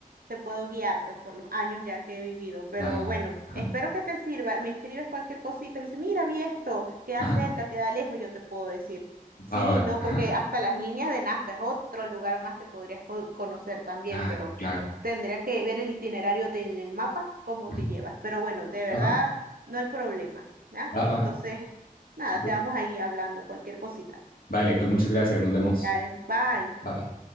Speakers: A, on the right (about 85°); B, on the left (about 80°).
A: te puedo guiar pues por los años ya que he vivido. Pero
B: ba-
A: bueno,
B: ajá,
A: espero que te sirva. Me escribes cualquier cosita, me dice, mira, vi esto, queda
B: ajá,
A: cerca, queda lejos, yo te puedo decir.
B: Baba.
A: Sí, no,
B: Ajá.
A: porque hasta las líneas de Nazca es otro lugar más que podrías co- conocer también,
B: Claro,
A: pero
B: claro.
A: tendrías que ver el itinerario de- el mapa, cómo
B: ujú,
A: te llevas. Pero bueno, de verdad,
B: Baba,
A: no hay problema, ¿ya?
B: baba.
A: Entonces, nada,
B: Súper.
A: quedamos ahí hablando cualquier cosita.
B: Vale, pues muchas gracias. Nos vemos.
A: Dale, Bye.
B: Bye bye.